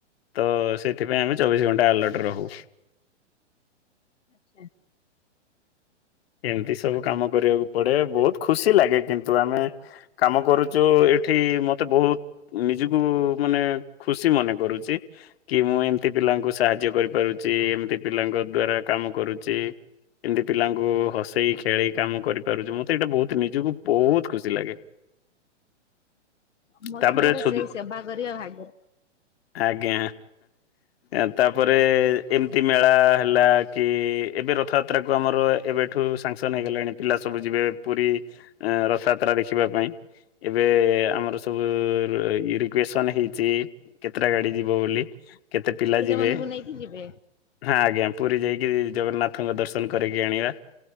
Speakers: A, on the left (about 55°); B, on the left (about 80°).
A: ତ ସେଇଥିପାଇଁ ଆମେ ଚବିସି ଘଣ୍ଟା ଆଲର୍ଟ ରହୁ।
B: ଆଚ୍ଛା।
A: ଏମିତି ସବୁ କାମ କରିବାକୁ ପଡ଼େ ବହୁତ ଖୁସି ଲାଗେ। କିନ୍ତୁ ଆମେ କାମ କରୁଛୁ ଏଠି ମତେ ବହୁତ ନିଜକୁ ମାନେ ଖୁସି ମନେ କରୁଛି। କି ମୁଁ ଏମିତି ପିଲାଙ୍କୁ ସାହାଯ୍ୟ କରିପାରୁଛି ଏମିତି ପିଲାଙ୍କ ଦ୍ଵାରା କାମ କରୁଛି। ଏମତି ପିଲାଙ୍କୁ ହସେଇ ଖେଳେଇ କାମ କରିପାରୁଛି ମଁତେ ଏଇଟା ବହୁତ ନିଜୁକୁ ବହୁତ ଖୁସି ଲାଗେ!
B: ସମସ୍ତଙ୍କର
A: ତାପରେ ସୁ
B: ସେଇ ସେବା କରିବା ଭାଗ
A: ଆଜ୍ଞା ଆ ତାପରେ ଏମିତି ମେଳା ହେଲା କି ଏବେ ରଥଯାତ୍ରାକୁ ଆମର ଏବେଠୁ ସାଂସନ୍ ହେଇଗଲେଣି! ପିଲା ସବୁ ଯିବେ ପୁରୀ ରଥଯାତ୍ରା ଦେଖିବା ପାଇଁ! ଏବେ ଆମର ସବୁ ଇ ରିକ୍ୟୁଏସନ୍ ହେଇଚି। କେତେଟା ଗାଡି ଯିବ ବୋଲି କେତେ ପିଲା
B: ପିଲାମାନଙ୍କୁ
A: ଯିବେ?
B: ନେଇକି ଯିବେ।
A: ହଁ ଆଜ୍ଞା ପୁରୀ ଯାଇକି ଜଗନ୍ନାଥଙ୍କ ଦର୍ଶନ କରିକି ଆଣିବା।